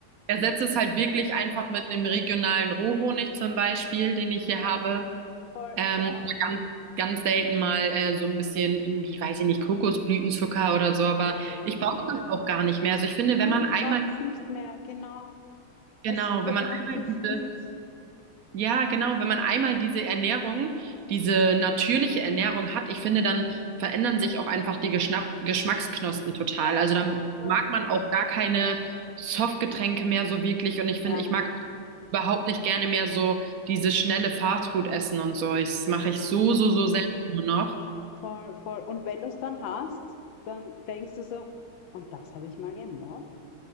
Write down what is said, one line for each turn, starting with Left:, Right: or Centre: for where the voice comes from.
Right: ersetze es halt wirklich einfach mit einem regionalen Rohhonig zum Beispiel, den ich
Left: Ja,
Right: hier habe.
Left: voll,
Right: Ähm,
Left: ich auch.
Right: aber ganz, ganz selten mal äh, so ein bisschen irgendwie, weiß ich nicht, Kokosblütenzucker oder so, aber
Left: Ja, ja.
Right: ich brauche das auch gar nicht mehr. Also ich finde,
Left: Nein,
Right: wenn man
Left: man
Right: einmal,
Left: braucht es nicht mehr, genau.
Right: genau,
Left: Es ist ja
Right: wenn man
Left: dann noch zu
Right: einmal
Left: süß.
Right: diese, ja, genau, wenn man einmal diese Ernährung, diese natürliche Ernährung hat, ich finde, dann verändern sich auch einfach die Geschnapp Geschmacksknospen total.
Left: Ja,
Right: Also dann
Left: voll.
Right: mag man auch gar keine Softgetränke mehr so wirklich und ich finde,
Left: Nein,
Right: ich mag auch überhaupt nicht gerne mehr so dieses schnelle Fastfood essen und so. Ich- Das mache ich so,
Left: ja,
Right: so, so selten nur noch.
Left: voll, voll. Und wenn du es dann hast, dann denkst du so, und das habe ich mal gemacht.